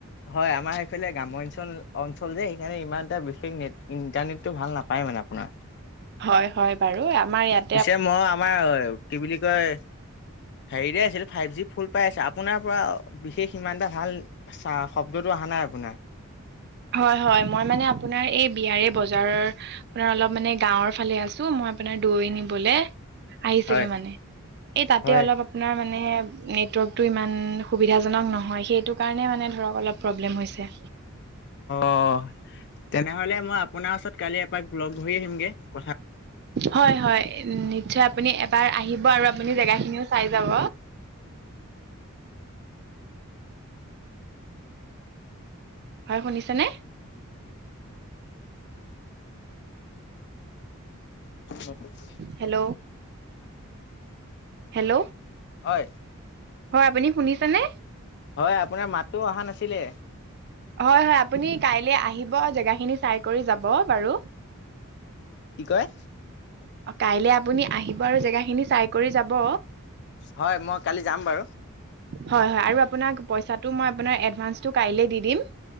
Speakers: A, on the left (about 50°); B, on the right (about 50°).
A: হয় আমাৰ এইফালে গ্ৰাম্যঞ্চল অঞ্চল যে সেইকাৰণে ইমান এটা বিশেষ নেট ইণ্টাৰনেটটো ভাল নাপায় মানে আপোনাৰ।
B: হয় হয় বাৰু আমাৰ ইয়াত।
A: পিছে মই আমাৰ কি বুলি কয়। হেৰিতে আছিলো ফাইভ জি ফুল পাই আছে আপোনাৰ পৰা বিশেষ ইমান এটা ভাল চা শব্দটো অহা নাই আপোনাৰ।
B: হয় হয় মই মানে আপোনাৰ এই বিয়াৰে বজাৰ আপোনাৰ অলপ মানে গাঁওৰ ফালে আছো মই আপোনাৰ দৈ নিবলে। আহিছিলো
A: হয়
B: মানে এই তাতে
A: হয়।
B: অলপ। আপোনাৰ মানে সেই নেটৱৰ্কটো ইমান সুবিধাজনক নহয় সেইটো কাৰণে মানে ধৰক অলপ। প্ৰব্লেম হৈছে।
A: অ তেনেহলে মই আপোনাৰ ওচৰত কালি এপাক লগ ধৰি আহিমগে কথা।
B: হয় হয় নিশ্চয় আপুনি এবাৰ আহিব আৰু আপুনি জেগা খিনিও চাই যাব। হয় শুনিছে নে।
A: নকৰি
B: হেল্ল হেল্ল
A: হয়।
B: হয় আপুনি শুনিছেনে।
A: হয় আপোনাৰ মাততো অহা নাছিলে।
B: হয় হয় আপুনি কাইলে আহিব জেগাখিনি চাই কৰি যাব বাৰু।
A: কি কয়।
B: কাইলে আপুনি আহিব আৰু জেগাখিনি চাই কৰি যাব।
A: হয় মই কালি যাম বাৰু।
B: হয় হয় আৰু আপোনাক পইচাটো মই আপোনাৰ এডভান্সটো কাইলে দি দিম।